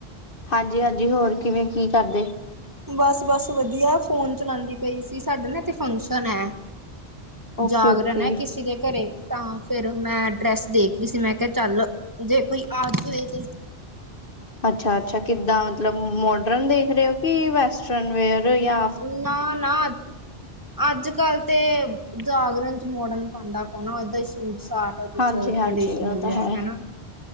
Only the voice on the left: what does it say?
ਹਾਂਜੀ, ਹਾਂਜੀ। ਹੋਰ, ਕਿਵੇਂ ਕੀ ਕਰਦੇ।
ਓਕੇ-ਓਕੇ।
ਅੱਛਾ, ਅੱਛਾ। ਕਿੱਦਾਂ ਮਤਲਬ ਮੋਡਰਨ ਦੇਖਰੇ ਓ ਕੇ ਵੈਸਟਰਨ ਵੇਅਰ ਯਾਂ
ਹਾਂਜੀ-ਹਾਂਜੀ
ਉਹ ਤਾਂ
ਹੈ,